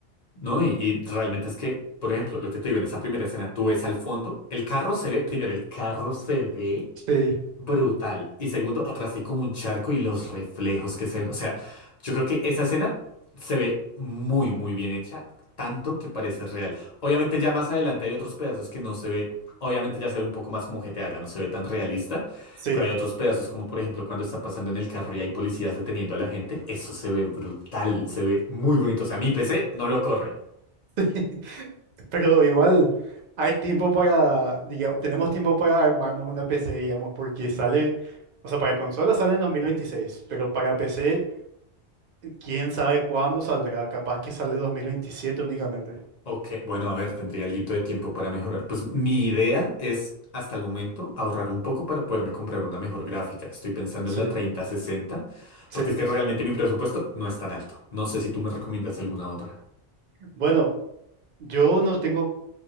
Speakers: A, on the left; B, on the right.
A: No, y, y realmente es que, por ejemplo, lo que te digo en esa primera escena, tú ves al fondo, el carro se ve, primero, el carro se ve.
B: Sí,
A: brutal. Y segundo, atrás hay como un charco y los reflejos que se ven. O sea, yo creo que esa escena se ve muy, muy bien hecha, tanto que parece real. Obviamente ya más adelante hay otros pedazos que no se ve, obviamente ya se ve un poco más como GTA, ya no se ve tan realista,
B: sí,
A: pero hay otros pedazos como por ejemplo cuando está pasando en el carro y hay policías deteniendo a la gente, eso se ve brutal, se ve muy bonito. O sea, mi PC no lo corre.
B: <laughs> sí. Pero igual hay tiempo para, digamos, tenemos tiempo para armarnos una PC, digamos, porque sale, o sea, para consola sale en 2026, pero para PC... quién sabe cuándo saldrá, capaz que sale 2027 únicamente.
A: Ok, bueno, a ver, tendría algo de tiempo para mejorar. Pues mi idea es, hasta el momento, ahorrar un poco para poderme comprar una mejor gráfica. Estoy pensando
B: Sí,
A: en la treinta sesenta,
B: sí.
A: porque es que realmente mi presupuesto no es tan alto. No sé si tú me recomiendas alguna otra.
B: Bueno, yo no tengo,